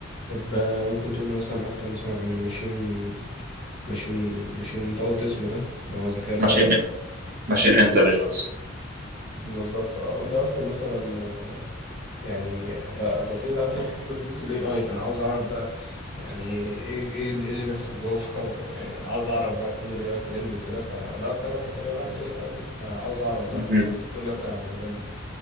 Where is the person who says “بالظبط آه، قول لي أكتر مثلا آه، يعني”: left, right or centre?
Left